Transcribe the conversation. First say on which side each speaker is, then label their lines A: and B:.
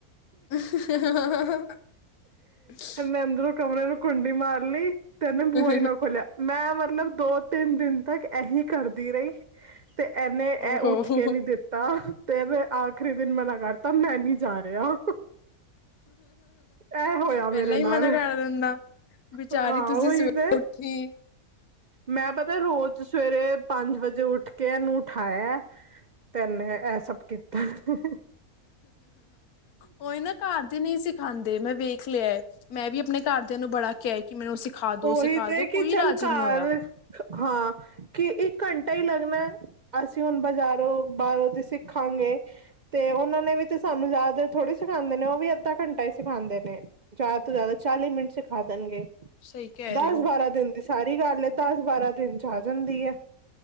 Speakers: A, on the left; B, on the right.
A: ਹ
B: ਮੈਂ ਅੰਦਰੋਂ ਕਮਰੇ ਨੂੰ ਕੁੰਡੀ ਮਾਰ ਲਈ, ਕਹਿੰਦਾ ਬੂਆਈ
A: ਹ
B: ਨਾ ਖੋਲਿਆ। ਮੈਂ ਮਤਲਬ ਦੋ-ਤਿੰਨ ਦਿਨ ਤੱਕ, ਐਹੀ ਕਰਦੀ ਰਹੀ ਤੇ ਐਨੇ, ਐ
A: ਓਹੋ
B: ਉੱਠਕੇ ਨੀ ਦਿੱਤਾ, ਤੇ ਫਿਰ ਆਖਰੀ ਦਿਨ ਮਨਾ ਕਰਤਾ, ਮੈਂ ਨੀ ਜਾ ਰਿਹਾ। ਇਹ ਹੋਇਆ
A: ਪਹਿਲਾਂ
B: ਮੇਰੇ ਨਾਲ
A: ਈ ਮਨਾ ਕਰ ਦਿੰਦਾ। ਬਿਚਾਰੀ
B: ਹਾਂ
A: ਤੁਸੀਂ
B: ਉਹੀ
A: ਸਵੇਰੇ
B: ਤੇ
A: ਉਠੀ
B: ਮੈਂ ਪਤਾ ਰੋਜ਼ ਤੇ ਸਵੇਰੇ, ਪੰਜ ਵਜੇ ਉੱਠਕੇ ਇਹਨੂੰ ਉਠਾਇਆ, ਤੇ ਐਨੇ ਇਹ ਸਭ ਕੀਤਾ। ਹਂ
A: ਉਈ ਨਾ, ਘਰ ਦੇ ਨਹੀਂ ਸਿਖਾਂਦੇ ਮੈਂ ਵੇਖ ਲਿਆ, ਮੈਂ ਵੀ ਅਪਣੇ ਘਰਦਿਆਂ ਨੂੰ ਬੜਾ ਕਿਹਾ ਏ, ਕਿ ਮੈਨੂੰ ਸਿਖਾਦੋ,
B: ਉਹੀ
A: ਸਿਖਾਦੋ
B: ਤੇ ਕਿ
A: ਕੋਈ
B: ਚੱਲ
A: ਰਾਜੀ
B: ਘਰ
A: ਨਹੀਂ ਹੋਇਆ।
B: ਹਾਂ ਕਿ ਇੱਕ ਘੰਟਾ ਹੀ ਲੱਗਣੈ, ਅਸੀਂ ਹੁਣ ਬਜ਼ਾਰੋਂ, ਬਾਹਰੋਂ ਤੇ ਸਿੱਖਾਂਗੇ। ਤੇ ਉਹਨਾਂ ਨੇ ਵੀ ਤੇ ਸਾਨੂੰ ਜ਼ਿਆਦਾ ਦੇਰ ਥੋੜੀ ਸਿਖਾਂਦੇ ਨੇ, ਉਹ ਵੀ ਅੱਧਾ ਘੰਟਾ ਹੀ ਸਿਖਾਂਦੇ ਨੇ। ਜ਼ਿਆਦਾ ਤੋਂ ਜ਼ਿਆਦਾ ਚਾਲੀ ਮਿੰਟ ਸਿਖਾ ਦੇਣਗੇ,
A: ਸਹੀ ਕਹਿ
B: ਦਸ-ਬਾਰਾਂ
A: ਰਹੇ ਹੋ।
B: ਦਿਨ ਦੀ ਸਾਰੀ ਗੱਲ ਐ, ਦਸ-ਬਾਰਾਂ ਦਿਨ'ਚ ਆ ਜਾਂਦੀ ਏ।